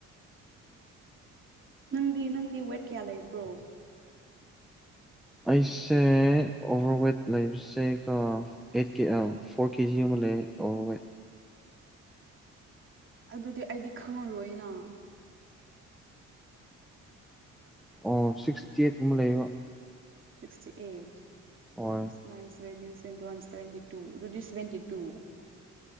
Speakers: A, on the right (about 40°); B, in the centre.
A: ꯅꯪꯗꯤ ꯅꯪꯗꯤ ꯋꯦꯠ ꯀꯌꯥ ꯂꯩꯕ꯭ꯔꯣ
B: ꯑꯩꯁꯦ ꯑꯣꯚꯔꯋꯦꯠ ꯂꯩꯕꯁꯦ ꯀꯣ ꯑꯩꯠ ꯀꯦ ꯐꯣꯔ ꯀꯦꯖꯤ ꯃꯨꯛ ꯑꯣ ꯋꯦꯠ
A: ꯑꯗꯨꯗꯤ ꯑꯩꯗꯤ ꯈꯪꯉꯔꯣꯏꯅ
B: ꯑꯣ ꯁꯤꯛꯁꯇꯤ ꯑꯩꯠꯀꯨꯝꯕ ꯂꯩꯌꯦꯕ
A: ꯁꯤꯁꯇꯤ ꯑꯩꯠ
B: ꯍꯣꯏ
A: ꯑꯁ ꯅꯥꯏꯟ ꯁꯦꯕꯦꯟꯗꯤ ꯋꯥꯚꯦꯟꯇꯤ ꯋꯥꯟ ꯁꯚꯦꯟꯇꯤꯇꯨ ꯑꯗꯨꯗꯤ ꯁꯧꯕꯦꯟꯇꯤꯇꯨ